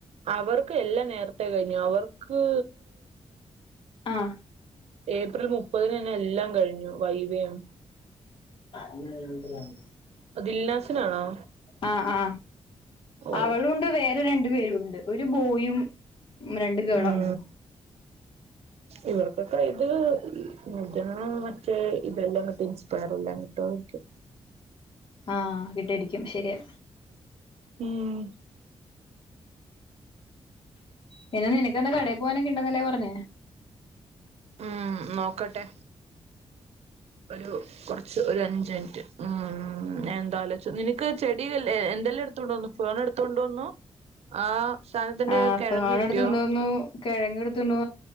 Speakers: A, on the right; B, on the left.
A: അവർക്ക് എല്ലാം നേരത്തെേ കഴിഞ്ഞു അവർക്ക്
B: ആഹ്.
A: ഏപ്രിൽ മുപ്പതിനെന്നെ എല്ലാം കഴിഞ്ഞു വൈവേം.
B: <unintelligible>
A: ദിൽനാസിനാണോ?
B: ആ ആ
A: ഓ
B: അവളുണ്ട് <unintelligible> പേരുണ്ട് ഒരു ബോയും രണ്ട് ഗേളാ
A: ഉം
B: തോ
A: ഇവർക്കൊക്കെ ഇത്. <unintelligible> മറ്റേ ഇതെല്ലാം കിട്ടി ഇൻസ്പയർ അല്ലാഞ്ഞിട്ടോ ക്കേ.
B: ആഹ് <unintelligible> ശെരിയാ.
A: ഉം.
B: പിന്നെ നിനക്കെന്താ കടയി പോവാനൊക്കെ ഇണ്ടന്നല്ലേ പറഞ്ഞേ?
A: ഉം നോക്കട്ടെ. ഒരു കുറച്ച് ഒരു അഞ്ച്മിനിറ്റ് ഉം ഉം ഞാൻ എന്താലോച്ചു നിനക്ക് ചെടി <unintelligible> എന്തെല്ലാം എടുത്തോണ്ട് വന്നു ഫോൺ എടുത്തോണ്ട് വന്നു ആ സാധനത്തിന്റെ
B: ആ
A: കിഴങ്ങ്
B: ഫോൺ
A: കിട്ടിയോ
B: എടുത്ത് കൊണ്ടുവന്നു കെഴങ്ങ് ഇട്ത്ത് ണ്ടൊ